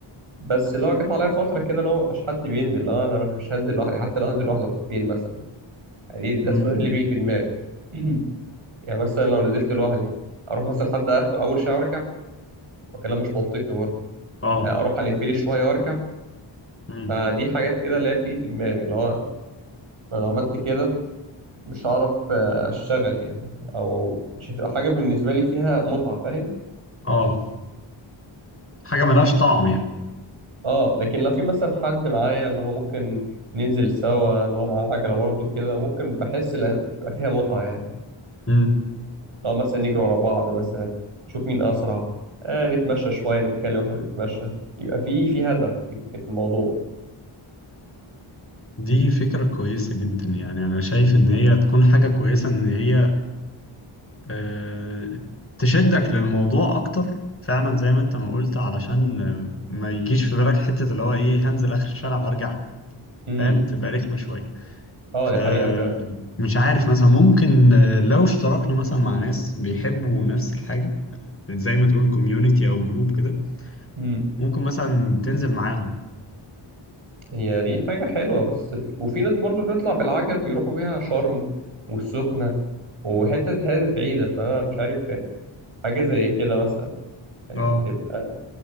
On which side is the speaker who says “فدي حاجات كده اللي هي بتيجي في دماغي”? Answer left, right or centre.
Right